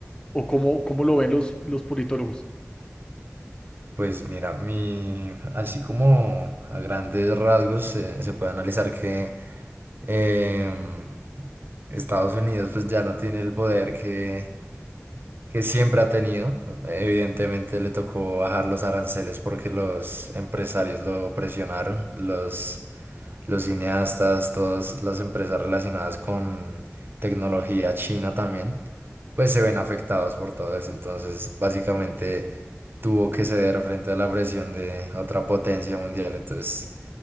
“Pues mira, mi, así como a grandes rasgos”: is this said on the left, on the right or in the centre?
Right